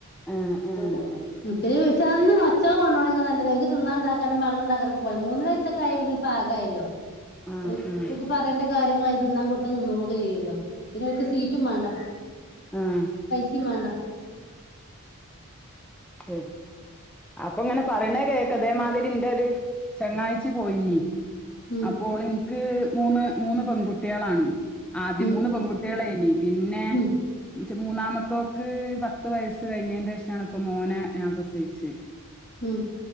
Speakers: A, in the centre; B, on the left (about 50°).
A: ഏഹ് ഏഹ്
B: <unintelligible>
A: അത് ശ
B: നല്ല നജ്തും തിന്നാൻ ഇണ്ടാക്കാനും വെള്ളം ഇണ്ടാക്കാ ചിലർക്ക് പതിമൂന്ന്‌ വയസ്സോക്കായ പിന്നെ പാകായല്ലോ.
A: ആഹ്
B: ഒരു ക്ക് പറയേണ്ട കാര്യങ്ങൾ അത് തിന്നാൻ കൊടുത്ത് ഇത്താ നിന്നോളൂക്കെ ചെയ്യല്ലോ പിന്നെ ഓക്ക് സീറ്റും വേണ്ട.
A: ആം
B: എനക് മേണ്ടാ
A: ശരി അപ്പൊ ഇങ്ങനെ പറയേണ കേക്ക് അതേമാതിരി ഇന്റെ ഒരു ചെങ്ങാഴ്യിച്ചി പോയിഞ്ഞീ
B: ഉം
A: അപ്പോൾ ഓള് എനക്ക് മൂന്ന് മൂന്ന് പെൺകുട്ടിയാളാണ് ആണ്. ആദ്യ
B: ഉം
A: മൂന്ന് പെൺകുട്ടിയാള ഇനി പിന്നെ
B: ഉം
A: മൂന്നാമത്തോക്ക് പത്ത് വയസ്സ് കഴിഞ്ഞേന്റെ ശേഷാണ് ഇപ്പൊ മോനെ ഞാൻ പ്രസവിച്
B: മ്മ്